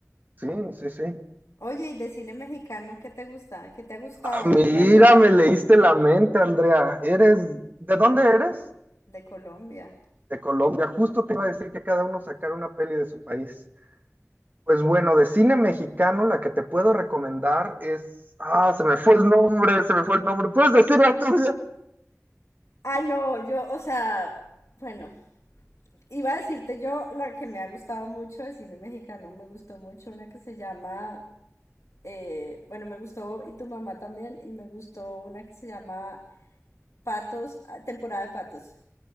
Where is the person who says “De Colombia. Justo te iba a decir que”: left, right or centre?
Right